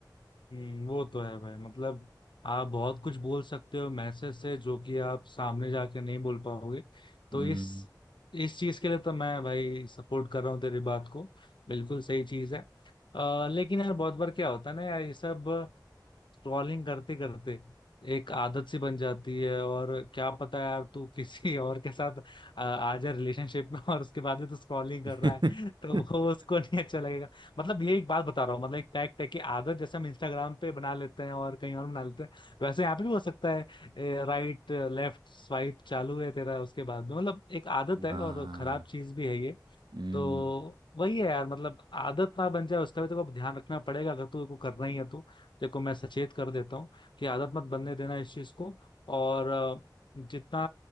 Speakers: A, on the left; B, on the right.
A: हम्म, वो तो है भाई मतलब आप बहुत कुछ बोल सकते हो मैसेज से जो कि आप सामने जाके नहीं बोल पाओगे तो
B: हम्म
A: इस इस चीज के लिए तो मैं भाई सपोर्ट कर रहा हूँ तेरी बात को बिल्कुल सही चीज है आ, लेकिन यार बहुत बार क्या होता है ना यार ये सब स्क्रॉलिंग करते करते एक आदत सी बन जाती है और क्या पता यार तू किसी <laughs> और के साथ आ, आ जा रिलेशनशिप में और उसके बाद में तू स्क्रॉलिंग
B: <laughs>
A: कर रहा है <laughs> तो वो उसको नहीं अच्छा लगेगा मतलब ये एक बात बता रहा हूँ मतलब एक फैक्ट है कि आदत जैसे हम इंस्टाग्राम पे बना लेते हैं और कहीं और बना लेते हैं वैसे यहाँ पे भी हो सकता है राइट लेफ्ट स्वाइप चालू है तेरा उसके बाद में मतलब एक आदत है
B: हाँ
A: और खराब चीज भी है ये
B: हम्म
A: तो वही है यार मतलब आदत ना बन जाए उसका भी तेरे को ध्यान रखना पड़ेगा अगर तू को करना ही है तो तेरे को मैं सचेत कर देता हूँ कि आदत मत बनने देना इस चीज को और अ, जितना